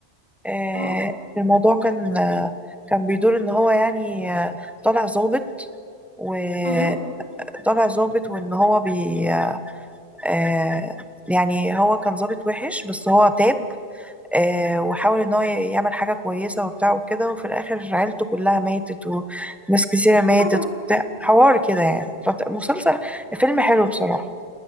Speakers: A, in the centre; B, on the left (about 45°).
A: آه
B: اه
A: الموضوع كان آه كان بيدور ان هو يعني آه طالع ظابط وطالع
B: امم
A: ظابط وان هو بي آه يعني هو كان ظابط وحش بس هو تاب آه،
B: يا
A: وحاول ان هو يعمل حاجة كويسة وبتاع وكده وفي الاخر عيلته كلها ماتت وناس كثيرة ماتت
B: لهوي
A: وبتاع حوار كده يعني فت- مسلسل فيلم حلو بصراحة